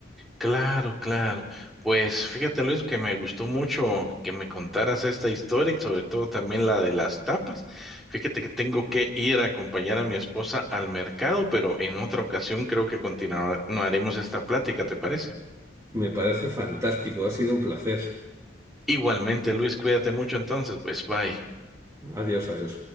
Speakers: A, in the centre; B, on the right (about 15°).
A: Claro, claro. Pues fíjate, Luis, que me gustó mucho que me contaras esta historia y sobre todo también la de las tapas. Fíjate que tengo que ir a acompañar a mi esposa al mercado, pero en otra ocasión creo que continuaremos esta plática, ¿te parece?
B: Me parece fantástico, ha sido un placer.
A: Igualmente, Luis, cuídate mucho entonces, pues bye.
B: Adiós, adiós.